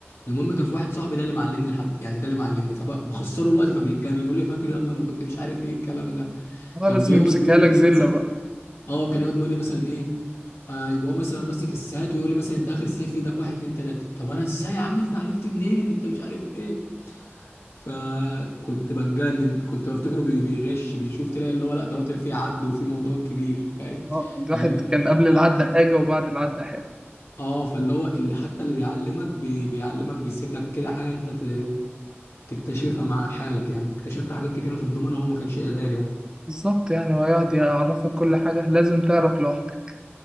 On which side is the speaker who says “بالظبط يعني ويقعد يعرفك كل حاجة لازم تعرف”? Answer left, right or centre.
Right